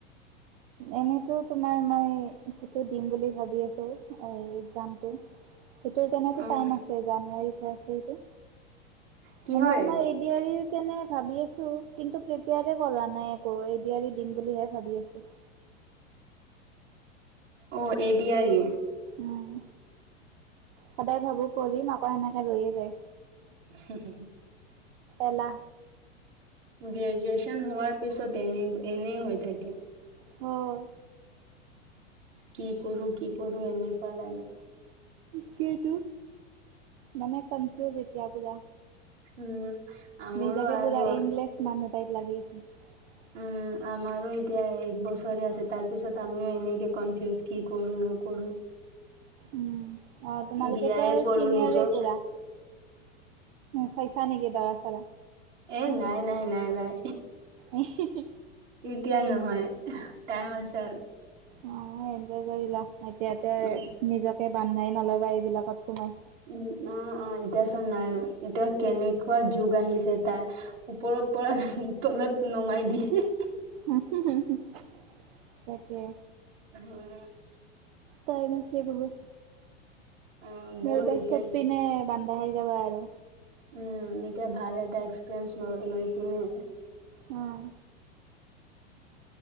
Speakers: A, on the right; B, on the right.
A: এনেতো তোমাৰ মই সেইটো দিম বুলি ভাবি আছো একজামটো। সেইটোৰ কেনে
B: অ'
A: টাইম আছে জানুৱাৰীতহে আছে এইটো।
B: কিহৰ
A: এনেই তোমাৰ এ ডি আৰি কেনে ভাবি আছো কিন্তু প্ৰিপেয়াৰ কৰা নাই একো এ ডী আৰি দিম বুলিহে ভাবি আছো।
B: অ, এ ডি আৰি।
A: উম, সদায় ভাবো কৰিম আকৌ এনেকে ৰৈয়ে যায়।
B: হু- হু- হু।
A: এলাহ।
B: গ্ৰেজুৱেচন হোৱাৰ পিছত এনে - এনেই হৈ থাকে।
A: হহ
B: কি কৰো - কি কৰো এনেকুৱা লাগে।
A: কিটো মানে কনফিউজ এতিয়া পুৰা।
B: উম, আমৰো
A: নিজাকে
B: আৰু
A: পুৰা এইমলেছ মানুহ টাইপ লাগি আছে। <unintelligible>
B: উম আমাৰো এতিয়া এক বছৰে আছে তাৰ পিছত আমিও এনেকে কনফিউজ কি কৰো, নকৰো।
A: উম অ, তোমালোকেতো
B: বিয়াই
A: আৰু
B: কৰো
A: চিনিয়ৰে
B: নেকো।
A: পুৰা। চাইছা নেকি দৰা চৰা।
B: এ নাই-নাই-নাই ভাই।
A: ই হি - হি
B: এতিয়া নহয় টাইম আছে আৰু।
A: অ, এনজয় কৰিলা এতিয়াতে
B: উম।
A: নিজকে বান্ধাই নলবা এইবিলাকত সোমাই।
B: উম, অ', অ ', এতিয়া চোন নাই এতিয়া কেনেকুৱা যুগ আহিছে তাৰ। ওপৰত পৰা তলত নমাই দিয়ে।
A: উম, হুম তাকে।
B: অ',
A: টাইম আছে বহুত,
B: অ', বহুত
A: নবা
B: এতিয়া
A: চব পিনে। বানধা হৈ যাবা আৰু।
B: উম, এতিয়া ভাল এটা এক্সপেৰিয়েন্ঞ্চ লৈ - লৈ কিনে।
A: উম।